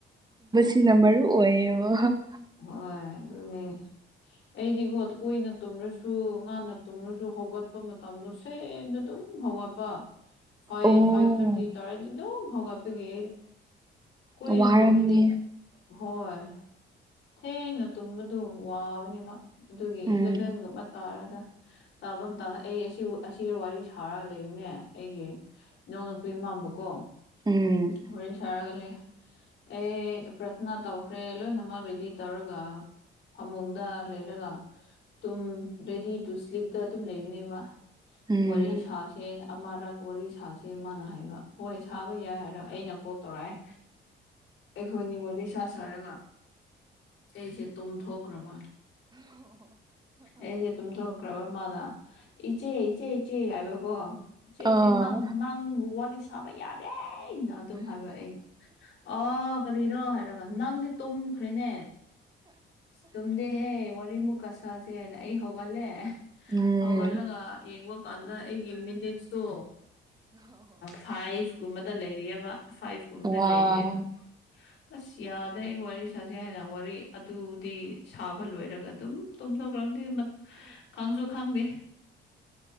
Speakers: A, on the right; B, on the left.
A: <unintelligible>
B: ꯍꯣꯏ ꯑꯗꯨꯅꯦ ꯑꯩꯗꯤꯀꯣ ꯀꯣꯏꯅ ꯇꯨꯝꯔꯁꯨ ꯉꯥꯅ ꯇꯨꯝꯔꯁꯨ ꯍꯧꯒꯠꯄ ꯃꯇꯝꯗꯣ ꯁꯦꯝꯗ ꯇꯝ ꯍꯧꯒꯠꯄ ꯐꯥꯏꯚ
A: ꯑꯣ
B: ꯐꯥꯏꯚ ꯊꯥꯔꯇꯤ ꯇꯔꯦ ꯑꯗꯨꯝ ꯍꯧꯒꯠꯄꯒꯤ ꯀꯣꯏꯅꯥ
A: ꯋꯥꯔꯝꯅꯤ
B: ꯇꯨꯝꯃꯗꯤ ꯍꯣꯏ ꯊꯦꯡꯅ ꯇꯨꯝꯕꯗꯨ ꯋꯥꯕꯅꯦꯕ ꯑꯗꯨꯒꯤ
A: ꯎꯝ
B: ꯏꯂꯚꯦꯟꯒꯨꯝꯕ ꯇꯥꯔꯗ ꯇꯥꯔ ꯂꯩꯕ ꯃꯇꯝ ꯑꯩ ꯑꯁꯤ ꯋꯥꯔꯤ ꯁꯥꯔꯒ ꯂꯩꯕꯅꯦ ꯑꯩꯒꯤ ꯏꯅꯥꯎꯅꯨꯄꯤ ꯏꯃꯥꯕꯀꯣ
A: ꯎꯝ
B: ꯋꯥꯔꯤ ꯁꯥꯔꯒ ꯂꯩ ꯑꯦ ꯄ꯭ꯔꯊꯅꯥ ꯇꯧꯈ꯭ꯔꯦ ꯂꯣꯏꯅ ꯗꯤ ꯇꯧꯔꯒ ꯐꯃꯨꯡꯗ ꯂꯩꯔꯒ ꯇꯨꯝ ꯔꯦꯗꯤ ꯇꯨ ꯁ꯭ꯂꯤꯞꯇ ꯑꯗꯨꯝ ꯂꯩꯕꯅꯦꯕ
A: ꯎꯝ
B: ꯋꯥꯔꯤ ꯁꯥꯁꯦ ꯑꯃꯔꯛ ꯋꯥꯔꯤ ꯁꯥꯁ ꯃꯥꯅ ꯍꯥꯏꯕ ꯍꯣꯏ ꯁꯥꯕ ꯌꯥꯏ ꯍꯥꯏꯔꯒ ꯑꯩꯅ ꯀꯣ ꯇꯧꯔꯛꯑꯦ ꯑꯩꯈꯣꯏ ꯅꯤ ꯋꯥꯔꯤ ꯁꯥ ꯁꯥꯔꯒ ꯑꯩꯁꯦ ꯇꯨꯝꯊꯣꯛꯈ꯭ꯔꯕ ꯑꯩꯁꯦ ꯇꯨꯝꯊꯣꯛ ꯭ꯔꯕꯃꯗ ꯏꯆꯦ ꯏꯆꯦ ꯏꯆꯦ ꯍꯥꯏꯕꯀꯣ ꯏꯆꯦꯆꯦ
A: ꯑꯥ
B: ꯅꯪ ꯅꯪꯕꯨ ꯋꯥꯔꯤ ꯁꯥꯕ ꯌꯥꯗꯦ ꯇ ꯑꯩꯅ ꯑꯗꯨꯝ ꯍꯥꯏꯕ ꯑꯩꯅ ꯑꯣ ꯀꯔꯤꯔꯣ ꯍꯥꯏꯔꯒꯥ ꯅꯪꯁꯦ ꯇꯨꯝ ꯈ꯭ꯔꯦꯅꯦ ꯇꯨꯝꯗꯦꯍꯦ ꯋꯥꯔꯤꯃꯨꯛ ꯀꯁꯥꯁꯦꯅ ꯑꯩ ꯍꯧꯒꯠꯂꯦ
A: ꯎꯝ
B: ꯍꯧꯒꯠꯂꯒ ꯌꯦꯡꯕ ꯀꯥꯟꯗ ꯑꯩꯒꯤ ꯃꯤꯅꯤꯠꯁꯨ ꯐꯥꯏꯚ ꯀꯨꯝꯕꯗ ꯂꯩꯔꯤꯑꯕ ꯐꯥꯏꯚ ꯀꯨꯝꯗ
A: ꯋꯥ
B: ꯂꯩꯔꯤ ꯇꯨꯝ ꯑꯁ ꯌꯥꯗ꯭ꯔꯦ ꯑꯩ ꯋꯥꯔꯤ ꯁꯥꯁꯦ ꯍꯥꯏꯅ ꯋꯥꯔꯤ ꯑꯗꯨꯗꯤ ꯁꯥꯕ ꯂꯣꯏꯔꯒ ꯑꯗꯨꯝ ꯇꯨꯝꯊꯣꯛꯈ꯭ꯔꯕꯗꯤ ꯈꯪꯁꯨ ꯈꯪꯗꯦ